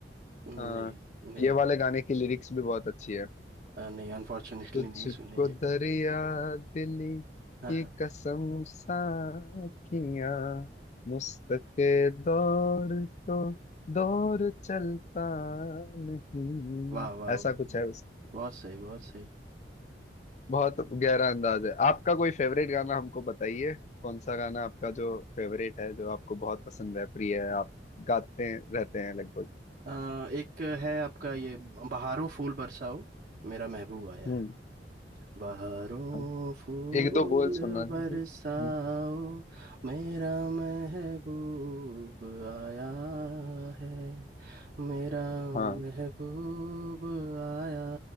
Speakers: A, on the right; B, on the left.
A: नहीं
B: हाँ
A: नहीं
B: ये
A: नहीं
B: वाले गाने की लिरिक्स भी बहुत अच्छी है
A: अ, नहीं अनफॉर्चुनेटली
B: तुझको
A: नहीं सुने ये
B: दरिया दिली
A: हाँ
B: की
A: हाँ
B: कसम साखियां मुश्क दौर तो दौर चलता नहीं
A: वाह वाह
B: ऐसा
A: वाह,
B: कुछ है
A: बहुत सही बहुत सही
B: बहुत गहरा अंदाज है आपका कोई फेवरेट गाना हमको बताइए कौन सा गाना आपका जो फेवरेट है जो आपको बहुत पसंद है प्रिय है आप गाते हैं रहते हैं लगभग
A: अ, एक है आपका ये बहारों फूल बरसाओ मेरा महबूब आया
B: हम्म
A: है बहारों
B: हाँ।
A: फूल
B: एक दो बोल सुना दीजिए
A: बरसाओ
B: हम्म,
A: मेरा महबूब आया है मेरा
B: हाँ
A: महबूब आया